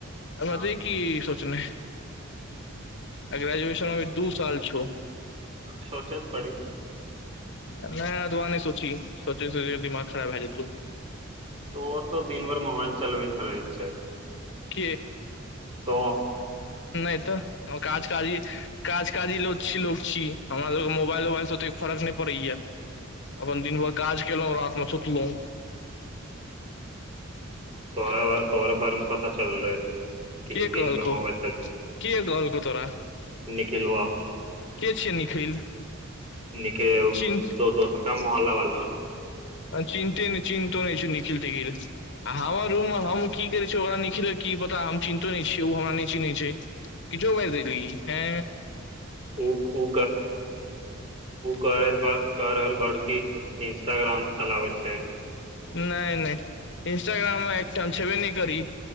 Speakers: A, on the left; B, on the right.
A: हम
B: हँ
A: जे कि सोचना आ ग्रेजुएशन मेी दू साल प छू
B: अभ सोच पड़ी
A: नहि तो आह नहि सोची सोचे सोचे दिमाग खराब भए जेतौ
B: तो त दिनभर मोबाइल चलबैत रहै छै
A: क
B: त
A: नहि तऽ काज काजी काज काजी ल छी ल छी हमरा सभके मोबाइल उोबाइलसँ ओतेक फर्क नहि पड़ैएा अपन दिन भर काज केलहुँ राातमे सुतलहुँ
B: ोड़ा ब ोड़े बार मे पता चल रहै
A: के कहलकौ
B: दिन भर मोबाइल च
A: के कहलकौ तोरा
B: निखिल हु
A: के छियै निखिल
B: निखिल
A: चिन्
B: द दो सटा मोहलला वा
A: चिन्ते नहि चिन्तो नहि छै निखिल तिखिल आ हमर रूममे हम की करै छिय ओकरा निखिलके की पता हम चिन्हतो नहि छियै ओ हमरा नहि चिन्हैत छै किछो बाजि देलियी हँ
B: ओ ओ ओ कार कार हल ब कि इंस्टाग्राम चलाबैत छै
A: नहि नहि इंस्टाग्राममे एकटाम छेबे नहि करी